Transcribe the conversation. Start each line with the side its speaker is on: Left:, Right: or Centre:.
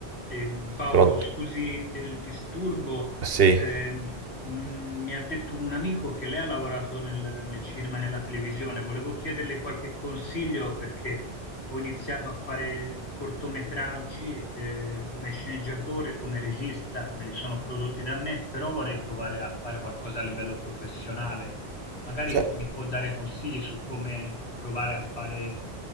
Left: Ehm, Paolo,
Right: Pronto?
Left: scusi il disturbo,
Right: Sì.
Left: ehm, mh, mi ha detto un amico che lei ha lavorato nel, nel cinema e nella televisione. Volevo chiederle qualche consiglio perché ho iniziato a fare cortometraggi, eh, come sceneggiatore, come regista, me li sono prodotti da me, però vorrei provare a fare qualcosa a livello professionale. Magari
Right: Cioè,
Left: mi può dare consigli su come provare a fare